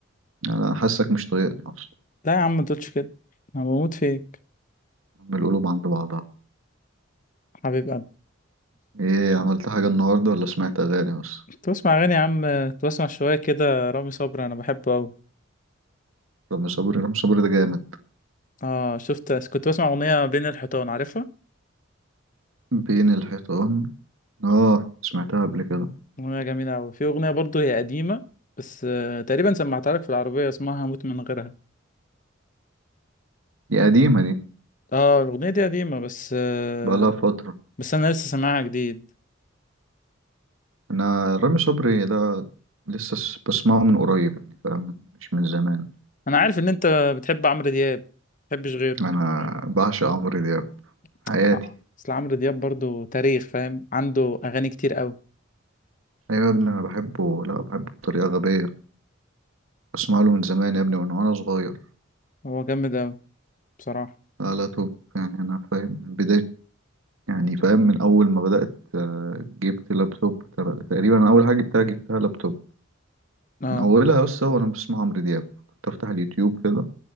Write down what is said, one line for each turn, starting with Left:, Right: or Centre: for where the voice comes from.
Right: انا حاسك مش طايقني اصلا
Left: لا يا عم ما تقولش كده انا بموت فيك
Right: يا عم القلوب عند بعضها
Left: حبيب قلبي
Right: ايه عملت حاجة النهاردة ولا سمعت اغاني بس
Left: تسمع اغاني يا عم تسمع شويه كده رامي صبري انا بحبه قوي
Right: رامي صبري رامي صبري ده جامد
Left: اه شفت كنت بسمع اغنيه بين الحيطان عارفها
Right: بين الحيطان اه سمعتها قبل كده
Left: اغنيه جميله قوي في اغنيه برضو هي قديمه بس آه تقريبا سمعتها لك في العربيه اسمها هموت من غيرها
Right: دي قديمة دي
Left: اه الاغنيه دي قديمه بس آه
Right: بقالها فترة
Left: بس انا لسه سامعها جديد
Right: انا رامي صبري ده لسه س- بسمعه من قريب يعني فاهم مش من زمان
Left: انا عارف ان انت بتحب عمرو دياب ما بتحبش غيره
Right: انا بعشق عمرو دياب
Left: بس
Right: حياتي
Left: بس عمرو دياب برضو تاريخ فاهم عنده اغاني كتير قوي
Right: ايوه يا ابني انا بحبه لا بحبه بطريقه غبيه بسمع له من زمان يا ابني من وانا صغير
Left: هو جامد قوي بصراحه
Right: لا لا توب يعني انا فاهم من بدايه يعني فاهم من اول ما بدات آه، جبت لابتوب تر- تقريبا أنا اول حاجه جبتها جبتها لابتوب
Left: اه
Right: من اولها بس هو انا بسمع عمرو دياب كنت افتح اليوتيوب كده